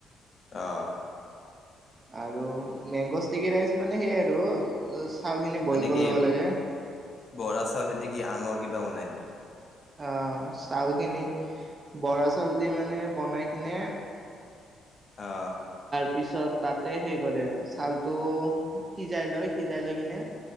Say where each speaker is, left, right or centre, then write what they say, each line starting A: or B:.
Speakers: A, on the left (about 40°); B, on the right (about 30°).
A: অহ।
B: আৰু মেংগ' ষ্টিকি ৰাইচ মানে সেইয়ে আৰু চাউলখিনি বইল
A: মানে
B: কৰি
A: কি
B: ল'বা লাগে।
A: বৰা চাউলেদি কি আনৰ কিবা বনাই নি?
B: অহ, চাউলখিনি বৰা চাউল দি মানে বনাই কিনে
A: অ।
B: পিছত তাতে সেই কৰে চউালটো সিজাই লয় সিজাই লৈ কিনে